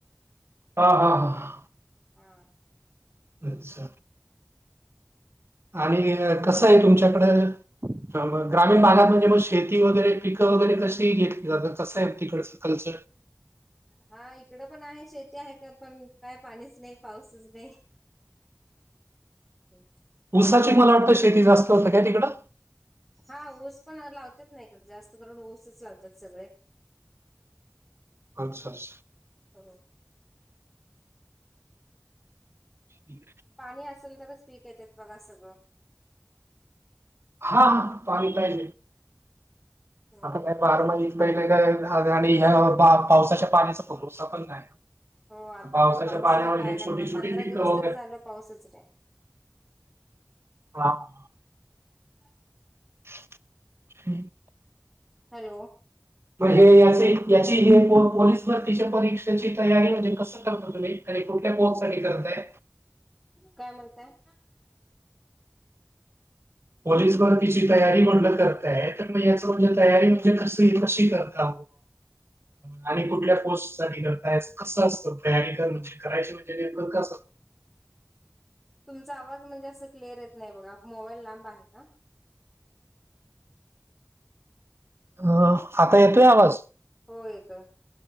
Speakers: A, on the right (about 55°); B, in the centre.
A: हा हा हा
B: हा.
A: अच्छा! आणि कसं आहे तुमच्याकडे. ह ग्रामीण भागात म्हणजे मग शेती वगैरे पिकं वगैरे कशी घेतली जात कसं आहे तिकडचं कल्चर.
B: हा इकडं पण आहे शेती आहे का पण काय पाणीच नाही पाऊसच नाही. हम्
A: उऊसाची मला वाटतं शेती जास्त होतं काय तिकडं.
B: हा ओस पण लावतात नाही इकडे जास्त करून ओसच लावतात सगळे.
A: आच स.
B: हो
A: हम्
B: पाणी असेल तरच पीक येतेेत बघा सगळं.
A: हा हा पाार पाहिजे.
B: हो.
A: आता काय बारा महि महिने का झा आणि पावसाच्या पाण्याचा पुरसा पण नाही.
B: हो आता
A: पावसाच्या
B: काय पाऊस
A: पाण्यावर
B: नाही काय
A: हे
B: नाही
A: छोटी-छोटी
B: बघा पंधरा
A: पिकं
B: दिवस
A: वगैरे
B: तररी झालं पाऊसच र
A: हा.
B: ह <inaudible>
A: <inaudible>
B: हॅलो!
A: हे याचे याची हे पोलीस भरतीच्या परीक्षेची तयारी म्हणजे कसं करत. आणि कुठल्या पोर्कसाठी करतय.
B: काय म्हणताय.
A: पॉलीस वर तिची तयारी म्हणलं करताय तर मग याच म्हणजे तयारी म्हणजे कस कशी करता. <inaudible> आणि कुठल्या पोस्ट साठी करतायच कसं असतं तयारी कर म्हणजे करायची म्हणजे नेमक का असत.
B: तुमचा आवाज म्हणजे असं क्लिअर येत नाही बघा मोबाईल लांब आहे का.
A: अ आता येतोय आवाज.
B: हो येतं.